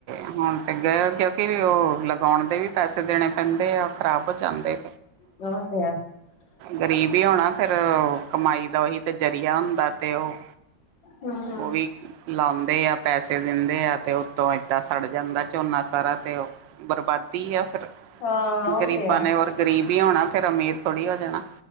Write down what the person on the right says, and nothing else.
ਹੁਣ ਤੇ ਗਏ ਕਿਉਂਕਿ ਉਹ ਲਗਾਉਣ ਦੇ ਵੀ ਪੈਸੇ ਦੇਣੇ ਪੈਂਦੇ ਆ ਖ਼ਰਾਬ ਹੋ ਜਾਂਦੇ।
ਗ਼ਰੀਬ ਹੀ ਹੋਣਾ। ਫੇਿਰ ਕਮਾਈ ਦਾ ਉਹੀ ਤੇ ਜ਼ਰੀਆ ਹੁੰਦਾ ਤੇ ਉਹ
ਉਹ ਵੀ ਲਾਉਂਦੇ ਆ ਪੈਸੇ ਦਿੰਦੇ ਆ ਤੇ ਤੋਂ ਏਦਾਂ ਸੜ ਜਾਂਦਾ। ਝੋਨਾ ਸਾਰਾ ਤੇ ਉਹ ਬਰਬਾਦੀ ਆ ਫਿਰ
ਗ਼ਰੀਬਾਂ
ਨੇ ਹੋਰ ਗਰੀਬ ਹੀ ਹੋਣਾ ਫੇਿਰ ਅਮੀਰ ਥੋੜ੍ਹੀ ਹੋ ਜਾਣਾ